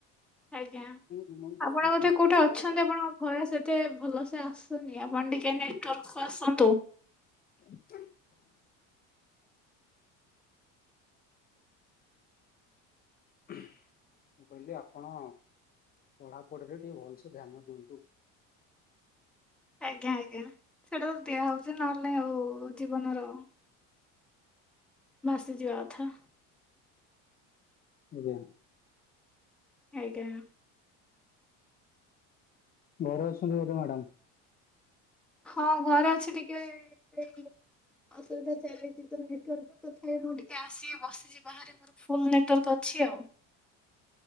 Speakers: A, in the centre; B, on the left (about 25°).
A: ଆଜ୍ଞା,
B: ଦିନକୁ କିଛି
A: ଆପଣ
B: କିଛି
A: ବୋଧେ
B: ଘଣ୍ଟା
A: କୋଉଠି
B: ଦେବାକୁ
A: ଅଛ ଛନ୍ତି
B: ପଡିବ
A: ଆପଣଙ୍କ ଭଏସ୍ ଏତେ ଭଲସେ ଆସୁନି, ଆପଣ ଟିକେ ନେଟୱାର୍କକୁୁ ଆସନ୍ତୁ।
B: <inaudible> ମୁଁ କହିଲି ଆପଣ ପଢାପଢିରେ ଟିକେ ଭଲସେ ଧ୍ୟାନ ଦିଅନ୍ତୁ।
A: ଆଜ୍ଞା, ଆଜ୍ଞା ସେଟା ଦିଆ ହଉଛି, ନହେଲେ ଆଉ ଜୀବନର ଭାସିଯିବା କଥା।
B: ଆଜ୍ଞା।
A: ଆଜ୍ଞା।
B: ଘରେ ଅଛନ୍ତି ବୋଧେ ମ୍ୟାଡ଼ାମ୍?
A: ହଁ ଘରେ ଅଛି ଟିକେ <inaudible> ଅସୁବିଧା ଚାଲିଛି ତ ନେଟୱାର୍କ <unintelligible> ତଥାପି ମୁଁ ଟିକେ ଆସିକି ବସିଛି ବାହା ଆରେ ମୋର ଫୁଲ୍ ନେଟୱାର୍କ ଅଛି ଆଉ।